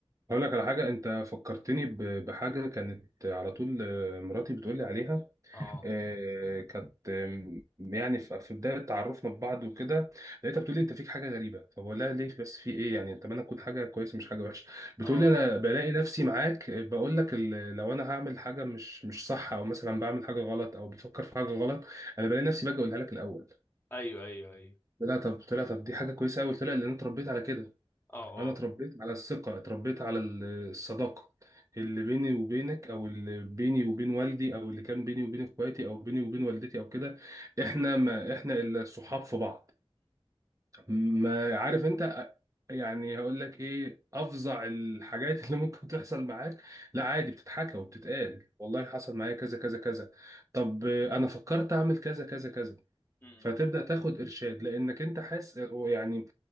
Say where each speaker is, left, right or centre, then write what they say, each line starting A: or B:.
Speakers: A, on the right (about 30°); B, on the left (about 20°).
A: هقول لك على حاجة أنت فكرتني ب- بحاجة كانت على طول آه، مراتي بتقول لي عليها
B: اه
A: آه، كانت آم، يعني في في بداية تعرفنا ببعض وكده لقيتها بتقول لي أنت فيك حاجة غريبة فبقول لها ليه بس في إيه يعني أتمنى تكون حاجة كويسة مش حاجة وحشة بتقول
B: اه
A: لي أنا بلاقي نفسي معاك آه، بقول لك ال- لو أنا هعمل حاجة مش مش صح أو مثلا بعمل حاجة غلط أو بفكر في حاجة غلط أنا بلاقي نفسي باجي أقولها لك الأول
B: ايوه ايوه ايوه
A: لا طب طلع طب دي حاجه كويسه قوي طلع لان انا اتربيت على كده
B: اه
A: انا اتربيت على الثقه اتربيت على ال- الصداقه اللي بيني وبينك او اللي بيني وبين والدي او اللي كان بيني وبين اخواتي او بيني وبين والدتي او كده احنا ما احنا الا صحاب في بعض ما عارف انت يعني هقول لك ايه افظع الحاجات <laughs> اللي ممكن تحصل معاك لا عادي بتتحكى وبتتقال والله حصل معايا كذا كذا كذا طب آه، انا فكرت اعمل كذا كذا كذا
B: اه
A: فتبدأ تاخد إرشاد لأنك أنت حاسس يعني